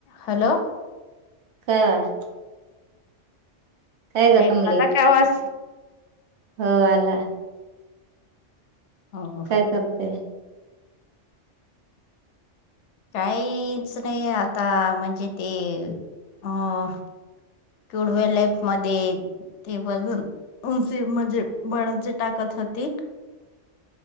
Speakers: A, on the left; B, on the right.
A: Hello!
B: काय वा काय ग
A: ऐकू
B: कमले,
A: आला का आवाज?
B: हो आला.
A: हो
B: काय करते?
A: काहीच नाही आता म्हणजे ते अं <unintelligible> ते वाजून उंची म्हणजे बळांची ताकत होती